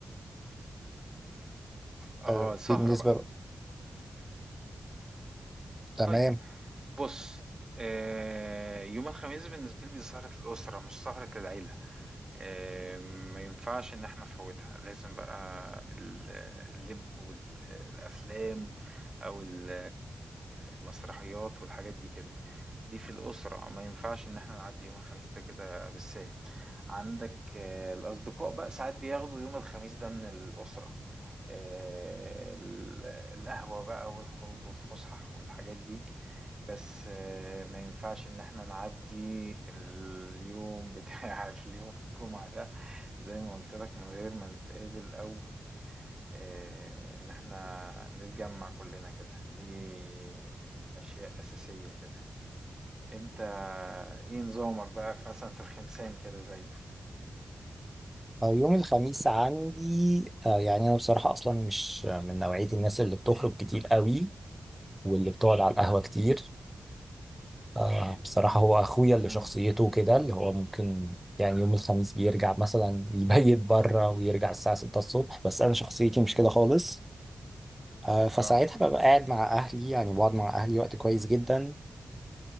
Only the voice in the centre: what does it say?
آه
بالنسبة
تمام
آه يوم الخميس عندي آه يعني أنا بصراحة أصلا مش من نوعية الناس اللي بتخرج كتير قوي واللي بتقعد على القهوة كتير آه بصراحة هو أخويا اللي
شخصيته كده اللي هو ممكن يعني يوم الخميس بيرجع مثلا يبيت بره ويرجع الساعة 6 الصبح بس أنا شخصيتي مش كده خالص آه فساعتها
ببقى قاعد مع أهلي يعني بقعد مع أهلي وقت كويس جدا